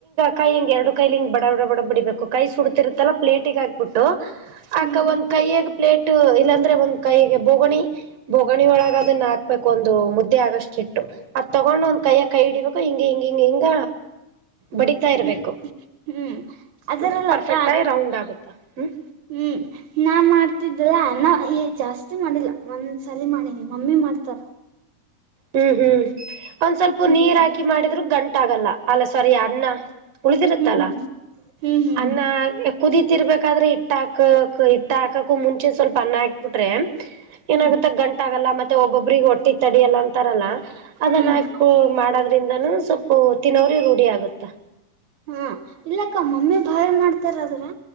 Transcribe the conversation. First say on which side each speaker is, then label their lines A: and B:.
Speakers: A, on the right (about 60°); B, on the right (about 80°).
A: ಕೈಿ ಹಿಂಗ ಎರಡು ಕೈಲಿ ಹಿಂಗ ಬಡ ಬಡ ಬಡ ಬಿಡಿಬೇಕು ಕೈ ಸುಡುತ್ತತಿರುತ್ತಲ್ಲ ಪ್ಲೇಟಿಗೆ ಹಾಕ್ಬಿಟ್ಟು ಅಕ
B: ಹ್ಮ್
A: ಒಂದ್ ಕೈಯ್ಯಗ್ ಪ್ಲೇಟ್ ಇಲ್ಲಾಂದ್ರೆ ಒಂದ್ ಕೈಯಗೆ ಬೋಗಣಿ ಬೋಗ ಒಗಣಿ ಒಳಗೆದನ್ನ ಹಾಕ್ಬೇಕು ಒಂದು ಮುದ್ದೆ ಆಗಷ್ಟಿತ್ತು ಅದ್ ತಗೊಂಡ್ ಒಂದ್ ಕೈಯ ಕೈ ಹಿಡಿಬೇಕು ಹಿಂಗ ಹಿಂಗ ಹಿಂಗ ಹಿಂಗ ಬಡಿತಾ ಇರ್ಬೇಕು
B: ಹ್ಮ್ ಹ್ಮ್ ಅದರಲ್ಲ
A: ಅಂದ್ರೆ ಪರ್ಫೆಕ್ಟ್
B: ಕ
A: ಆಗಿ ರೌಂಡ್ ಆಗುತ್ತ ಹ್ಮ್
B: ಹ್ಮ್ ನಾ ಮಾಡ್ತಿದ್ದ ನನ್ನ ಜಾಸ್ತಿ ಮಾಡಿಲ್ಲ ಒಂದ್ಸಲಿ ಮಾಡಿನಿ ಮಮ್ಮಿ ಮಾಡ್ತಾರ
A: ಹ್ಮ್ ಹ್ಮ್ ಒಂದ್ ಸ್ವಲ್ಪ
B: ಹ್ಮ್
A: ನೀರ್ ಹಾಕಿ ಮಾಡಿದ್ರು ಗಂಟ ಆಾಗಲ್ಲ ಅಲ್ಲ ಸರಿ ಅನ್ನ ಉಳಿದಿರುತ್ತಲ್ಲ
B: ಹ್ಮ್ ಹ್ಮ್
A: ಅನ್ನ ಕುದ ಇರ್ಬೇಕಾದ್ರೆ ಇಟ್ಟ ಹಾಕಕ್ ಇಟ್ಟ ಹಾಕಕ್ಕು ಮುಂಚೆ ಸ್ವಲ್ಪ ಅನ್ನ ಹಾಕ್ಬಿಟ್ರೆ
B: ಹ್ಮ್ ಹ್ಮ್
A: ಏನಾಗುತ್ತೆ ಗಂಟ ಆಾಗಲ್ಲ ಮತ್ತೆ ಒಬ್ಬೊಬ್ರಿಗೆ ಒಟ್ಟಿ ತಡಿಯಲ್ಲ ಅಂತ ತರಲ್ಲ ಅದನ್ನ
B: ಹ್ಮ್
A: ಹಾಕ ಮಾಡೋದ್ರಿಂದನೂ ಸ್ವಲ್ಪ ತಿನ್ನವ್ರ ರೂಢಿ ಆಗುತ್ತ
B: ಹಾ ಇಲ್ಲಕ್ಕ ಮಮ್ಮಿ ಭಾಯ ಮಾಡ್ತಾರದ್ರ